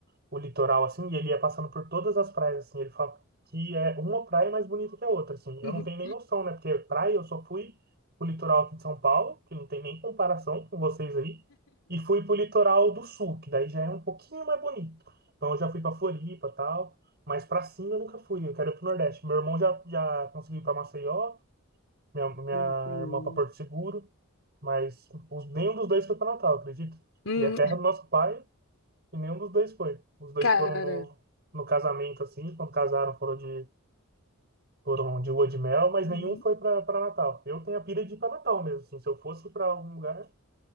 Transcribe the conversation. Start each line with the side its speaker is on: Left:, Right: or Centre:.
Right: o litoral assim, e ele ia passando por todas as praias assim, ele fala que é uma praia mais bonita que a outra assim. Eu
Left: Uhum.
Right: não tenho nem noção, né? Porque praia eu só fui pro litoral aqui de São Paulo, que não tem nem comparação com vocês aí, e fui pro litoral do sul, que daí já é um pouquinho mais bonito. Então eu já fui pra Floripa, tal, mas pra cima eu nunca fui, eu quero ir pro Nordeste. Meu irmão já já conseguiu ir pra Maceió, minha minha
Left: É muito bom.
Right: irmã pra Porto Seguro. Mas os- nenhum dos dois foi para Natal, acredito.
Left: Hum,
Right: E é terra do nosso pai, e nenhum dos dois foi. Os dois
Left: cara.
Right: foram no, no casamento, assim, quando casaram, foram de, foram de lua de mel, mas
Left: Uhum.
Right: nenhum foi para Natal. Eu tenho a pira de ir para Natal mesmo, assim, se eu fosse para algum lugar,